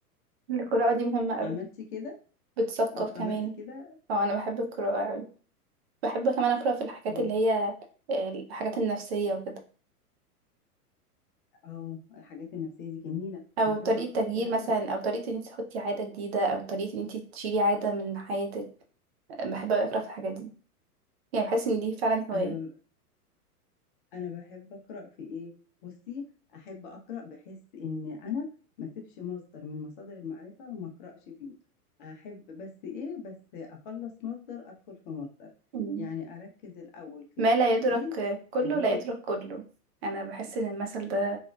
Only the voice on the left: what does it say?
عملتي
كده
أو
عملتي كده
اه
اه الحاجات النفسية دي جميلة
أنا أحب
أقرأ
فيها
قوي
أنا انا بحب اقرا في ايه بصي احب اقرا بحس ان انا ما اسيبش مصدر من مصادر المعرفه وما اقراش فيه احب بس ايه بس اخلص مصدر ادخل في مصدر
يعني اركز الاول في
الدين
اللي هو